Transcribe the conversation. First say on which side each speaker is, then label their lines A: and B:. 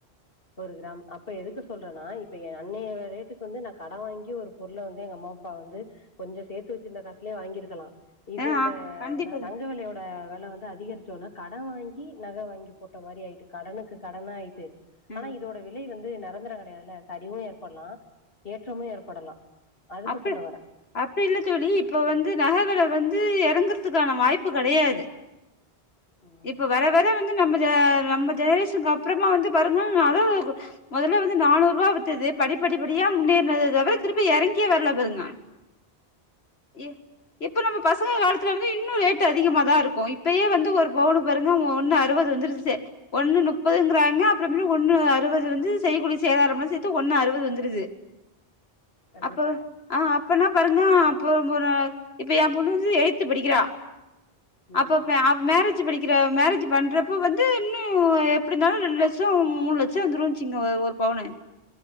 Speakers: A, on the left; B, on the left.
A: ஒரு கிராம் அப் ப எதுக்கு சொல்றேன்னா இப்ப எ அன்னைய ரேட்டுக்கு வந்து நா கடன் வாங்கி ஒரு பொருள வந்து எங்க அம்மா அப்பா வந்து கொஞ்ச சேர்த்து வச்சுருந்த காசுல வாங்கியிருக்கலா இது
B: ஆ
A: இந்த
B: ஆ கண்டிப்பா தோழி
A: தங்க விலைய ஆ வில வந்து அதிகரிச்சோன்ன கட வாங்கி நக வாங்கி போட்ட மாரி ஆயிட்டு கடனுக்கு கடனு ஆய்ட்டு
B: ம்
A: ஆனா இதோட விலை வந்து நெரந்திரம் கிடையாதுல்ல சரிவு ஏற்படலா ஏற்றமு
B: ம்
A: ஏற்படலா அதுக்கு
B: அப்ப
A: சொல்ல வரே
B: அப்டி இல்ல தோழி இப்ப வந்து நகவெல வந்து இறங்குறதுக்கான வாய்ப்பு கெடையாது
A: ம்.
B: இப்ப வர வர வந்து நம்மஜெ நம்ம ஜெனரேஷனுக்கு அப்புறமா வந்து பாருங்கா நக <unintelligible> முதல்ல வந்து நானூறு ரூவா வித்துது படி படி படியா முன்னேறினது தவிர திருப்பி இறங்கியே வரல பாருங்க ஏ இப்போ நம்ம பசங்க காலத்துல வந்து இன்னு ரேட்டு அதிகமா தா இருக்கு இப்பயே வந்து ஒரு பவுனு பாருங்க ஒன்னு அறுவது வந்துருச்சு ஒண்ணு முப்பதுங்கிறாங்க அப்படி இப்டி ஒண்ணு அறுவது வந்து செய்கூலி சேதாரம்லா சேத்து ஒண்ணு அறுவது வந்துருது
A: கண்டிப்பா.
B: அப்ப ஆ அப்பனா பாருங்க அப்ப இப்ப எ பொண்ணு வந்து எய்த்து படிக்கிறா
A: ம்.
B: அப்ப அவ மேரேஜ் படிக்கிற மேரேஜ் பண்றப்போ வந்து இன்னு எப்டி இருந்தாலு ரெண்டு லட்சம் மூண் லட்சோ வந்துருச்சுங்க ஒரு பவுனு